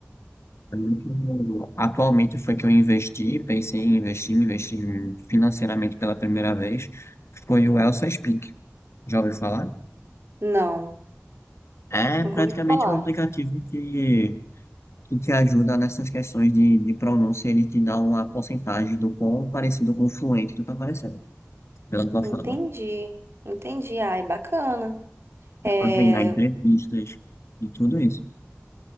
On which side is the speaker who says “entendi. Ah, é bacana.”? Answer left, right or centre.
Right